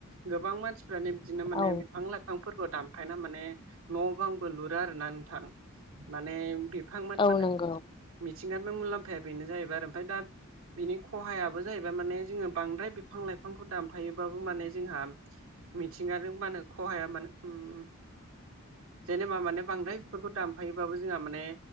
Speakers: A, on the right (about 65°); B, on the left (about 20°).
A: गोबां मानसि रानो बिदिनो माने
B: औ
A: बिफां लाइफांफोरखौ दानफायना माने न' बां बोलुरा आरोना नोंथां माने बिफांमोन
B: औ
A: मानो
B: नंगौ
A: मिथिंगानि मुलाम्फाया बेनो जाहैबाय आरो ओमफ्राय दा बिनि खहायाबो जाहैबाय माने जोंङो बांद्राय बिफां लाइफांखौ दामफायोबाबो माने जोंहा मिथिंगाजों मानो खहाया मानो उम जेनेबा माने बांद्राय बेफोरखौ दामफायोबाबो जोंहा माने।